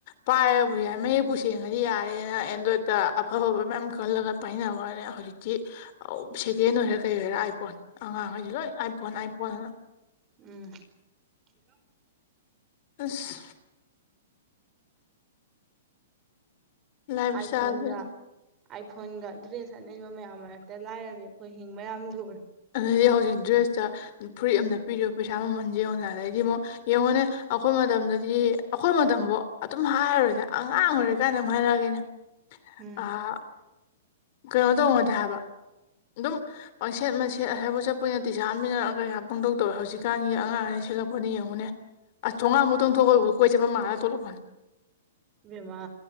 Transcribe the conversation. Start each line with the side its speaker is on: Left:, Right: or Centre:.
Left: ꯄꯥꯏꯔꯕꯨ ꯌꯥꯏ ꯃꯌꯦꯛꯄꯨ ꯁꯦꯡꯉꯗꯤ ꯌꯥꯔꯦꯅ ꯑꯦꯟꯗ꯭ꯔꯣꯏꯗꯇ ꯑꯐ ꯐꯕ ꯃꯌꯥꯝ ꯈꯜꯂꯒ ꯄꯥꯏꯅꯕꯅꯦ ꯍꯧꯖꯤꯛꯇꯤ ꯁꯤ ꯑ-ꯁꯦꯀꯦꯟ ꯑꯣꯏꯔ ꯀꯩ ꯑꯣꯏꯔ ꯑꯥꯏꯐꯣꯟ ꯑꯉꯥꯡꯈꯩꯁꯤ ꯂꯣꯏ ꯑꯥꯏ ꯐꯣꯟ ꯑꯥꯏ ꯐꯣꯟꯅ
Right: ꯎꯝ <inaudible>
Left: ꯑꯁ ꯂꯥꯏꯞ
Right: ꯑꯥꯏ
Left: ꯏꯁꯇꯥꯏꯜꯁꯦ
Right: ꯐꯣꯟꯉ ꯑꯥꯏꯐꯣꯟꯒ ꯗ꯭ꯔꯦꯁ ꯑꯅꯩꯕ ꯃꯌꯥꯝ ꯃꯔꯛꯇ ꯂꯥꯏꯔꯕꯤ ꯑꯩꯈꯣꯏ ꯍꯤꯡꯕ ꯌꯥꯝ ꯂꯨꯔꯦ
Left: ꯑꯗꯨꯗꯩꯗꯤ ꯍꯧꯖꯤꯛ ꯗ꯭ꯔꯦꯁꯇ ꯐꯨꯔꯤꯠ ꯑꯝꯗ ꯄꯤꯔꯤꯕ ꯄꯩꯁꯥ ꯃꯃꯟꯁꯦ ꯌꯦꯉꯣꯅ ꯑꯗꯩꯗꯤ ꯑꯃꯨꯛ ꯌꯦꯡꯉꯣꯅꯦ ꯑꯩꯈꯣꯏ ꯃꯇꯝꯗꯗꯤ ꯑꯩꯈꯣꯏ ꯃꯇꯝꯕꯨ ꯑꯗꯨꯝ ꯍꯥꯏꯔꯔꯣꯗ ꯑꯉꯥꯡ ꯑꯣꯏꯔꯀꯥꯟꯗ ꯑꯗꯨꯝ ꯍꯥꯏꯔꯛꯑꯒꯦꯅꯦ
Right: ꯍꯝ
Left: ꯑꯥ ꯀꯩꯅꯣ ꯇꯧꯅꯗꯦ ꯍꯥꯏꯕ ꯑꯗꯨꯝ ꯄꯪꯁꯦꯠ ꯃꯁꯦ ꯑꯁꯋꯥꯏ ꯐꯥꯎ ꯆꯠꯄꯇꯤꯁꯥꯠ ꯑꯃꯥ ꯀꯩꯀꯥ ꯄꯪꯗꯧ ꯇꯧꯋꯦ ꯍꯧꯖꯤꯛꯀꯥꯟꯒꯤ ꯑꯉꯥꯡ ꯑꯅ ꯁꯦꯂꯛꯄꯅꯤ ꯌꯦꯡꯉꯨꯅꯦ ꯑ ꯊꯣꯡꯒꯥꯟꯕꯨꯛꯇꯪ ꯊꯣꯛꯄꯩꯕꯨ ꯀꯣꯏ ꯆꯠꯄ ꯃꯥꯜꯂ ꯊꯣꯛꯂꯛꯄꯅꯤ
Right: ꯏꯕꯦꯝꯃ